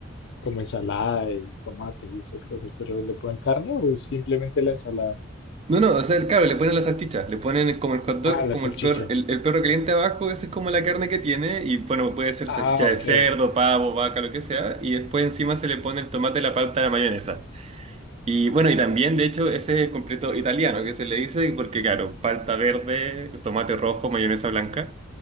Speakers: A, on the left (about 60°); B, on the right (about 30°).
A: como ensalada y tomate y esas cosas, pero ¿le ponen carne o es simplemente la ensalada?
B: No, no, o sea, claro, le ponen la salchicha, le ponen como el hot dog,
A: Ah, la
B: como
A: salchicha.
B: el perro, el, el perro caliente abajo, esa es como la carne que tiene y bueno, puede ser
A: Ah,
B: salchicha
A: ok.
B: de cerdo, pavo, vaca, lo que sea, y después encima se le pone el tomate, la palta, la mayonesa. Y bueno, y también, de hecho, ese es el completo italiano que se le dice, porque claro, palta verde, tomate rojo, mayonesa blanca.